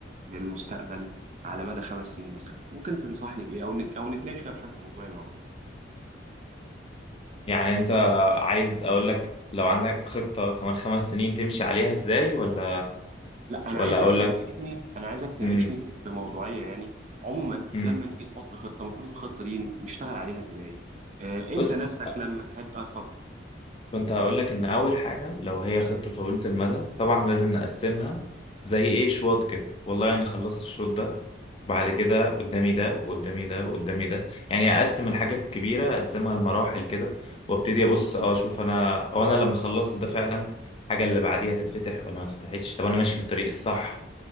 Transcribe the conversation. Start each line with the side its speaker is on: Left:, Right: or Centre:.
Right: للمستقبل على مدى خمس سنين مثلا ممكن تنصحني بإيه أو نت... أو نتناقش فيها بشكل موضوعي مع بعض
Left: يعني انت عايز اقول لك لو عندك خطة كمان خمس سنين تمشي عليها ازاي ولا
Right: لا انا
Left: ولا
Right: عايزك
Left: اقول
Right: تناقشني
Left: لك
Right: انا عايزك تناقشني
Left: مم.
Right: في بموضوعيه يعني عموما
Left: مم.
Right: لما نيجي نحط خطه المفروض الخطه دي نشتغل عليها ازاي آه، انت
Left: بص
Right: نفسك لما تحب آه، اتفضل
Left: كنت هقول لك ان اول حاجه لو هي خطه طويله المدى طبعا لازم نقسمها زي ايه شوط كده والله انا خلصت الشوط ده بعد كده قدامي ده وقدامي ده وقدامي ده يعني اقسم الحاجه الكبيره اقسمها لمراحل كده وابتدي ابص اه اشوف انا او انا لما خلصت ده فعلا الحاجه اللي بعديها تتفتح ولا ما اتفتحتش طب انا ماشي في الطريق الصح